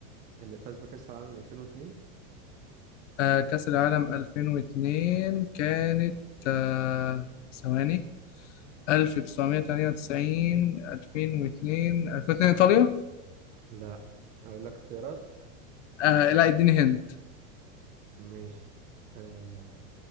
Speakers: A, on the right; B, on the left.
A: اللي فاز بكأس العالم 2002
B: آه، كأس العالم 2002 كانت آه، ثواني 1998 2002 2002 ايطاليا
A: لا اقول لك اختيارات
B: آه لا اديني هند
A: ماشي آه،